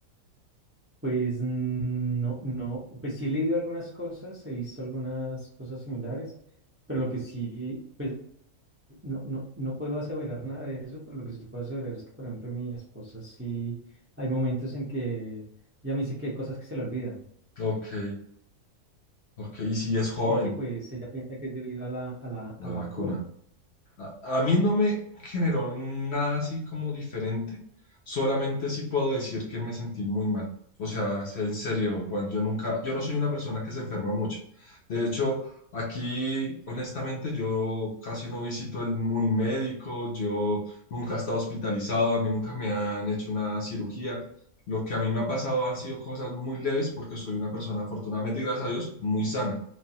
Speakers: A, on the right; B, on the left.
A: pues mm, no, no, pues sí he leído algunas cosas, he visto algunas cosas similares, pero lo que sí, pues no, no, no puedo aseverar nada de eso, pero lo que sí puedo aseverar es que, por ejemplo, mi esposa sí, hay momentos en que ella me dice que hay cosas que se le olvidan
B: Ok, ok, y si es joven
A: y que pues ella piensa que es debido a la, a la,
B: la
A: a la
B: vacuna.
A: vacuna.
B: A, a mí no me generó nada así como diferente, solamente sí puedo decir que me sentí muy mal. O sea, es en serio, Juan, yo nunca, yo no soy una persona que se enferma mucho. De hecho, aquí, honestamente, yo casi no visito el, un médico, yo nunca he estado hospitalizado, a mí nunca me han hecho una cirugía. Lo que a mí me ha pasado han sido cosas muy leves porque soy una persona, afortunadamente, y gracias a Dios, muy sana